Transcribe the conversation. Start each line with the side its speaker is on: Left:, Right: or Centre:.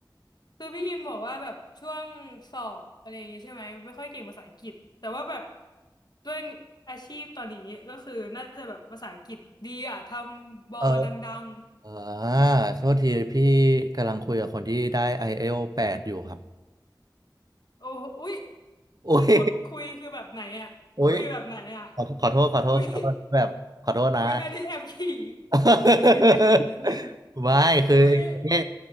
Left: คือพี่พิมพ์บอกว่าแบบช่วงสอบอะไรอย่างเงี้ยใช่ไหมไม่ค่อยเก่งภาษาอังกฤษแต่ว่าแบบด้วยอาชีพตอนนี้ก็คือน่าจะแบบภาษาอังกฤษดีอ่ะทำบอดัง
Right: เอออ่าโทษทีพี่กำลังคุยกับคนที่ได้ไอเอลแปดอยู่ครับ
Left: ๆโอ้อุ๊ย
Right: โอ้ย
Left: คือคนคุยคือแบบไหนอ่ะคุยแบบไหนอ่ะ
Right: อุ้ยขอขอโทษขอโทษขอโทษแบบขอโทษนะ
Left: อุ๊ยอุ๊ยอันนี้แอบขิง
Right: <laughs>
Left: อันนี้แอบขิงนิดนึง
Right: ไม่คืออย่างนี้
Left: อุ๊ย